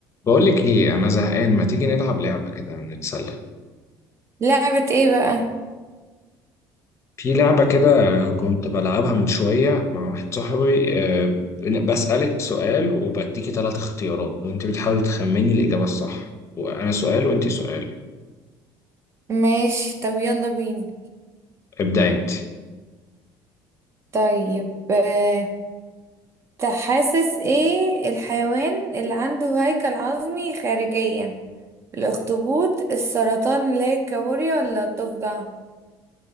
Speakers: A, on the left (about 35°); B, on the right (about 30°).
A: بقول لك ايه انا زهقان ما تيجي نلعب لعبه كده نتسلى
B: لعبة ايه بقى
A: في لعبه كده كنت بلعبها من شويه مع واحد صاحبي آه، بن- بسالك سؤال وبديكي ثلاث اختيارات وانت بتحاولي تخمني الاجابه الصح وانا سؤال وانت سؤال
B: ماشي طب يلا بينا
A: ابداي انت
B: طيب آه، تحاسس ايه الحيوان اللي عنده هيكل عظمي خارجيا الاخطبوط السرطان اللي هي الكابوريا ولا الضفدع